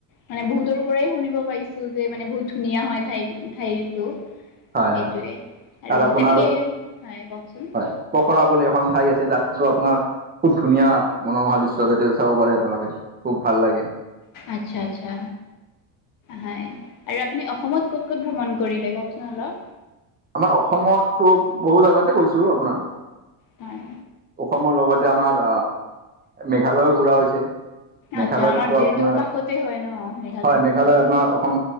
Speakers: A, on the left; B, on the right.
A: মানে বহুতৰ পৰাই শুনিব পাৰিছোঁ যে মানে বহুত ধুনীয়া হয় ঠাই ঠাইতো।
B: হয়
A: সেইটোৱে
B: হয়। তাত
A: আৰু
B: আপোনাৰ
A: তেনেকে হয়, কওঁকচোন।
B: হয়, পখৰা বুলি এখন ঠাই আছে, যাতটোৰ আপোনাৰ খুব ধুনীয়া মনোমোহা দৃশ্য যাতিয় চাব পাৰে আপোনালোকে, খুব ভাল লাগে।
A: আচ্ছা, আচ্ছা, হয় আৰু আপুনি অসমত ক'ত ক'ত ভ্ৰমণ কৰিলে কওঁকচোন অলপ।
B: আমাৰ অসমতো বহু জেগাতে গৈছোঁ আপোনাৰ।
A: হয়।
B: অসমৰ লগতে আমাৰ মেঘালয়ো ঘূৰা হৈছে। মেঘালয়তো
A: আচ্ছা আমাৰ যিহেতু
B: আপোনাৰ।
A: কাষতে হয় ন মেঘালয়ত
B: হয়, মেঘালয় আপোনাৰ অসম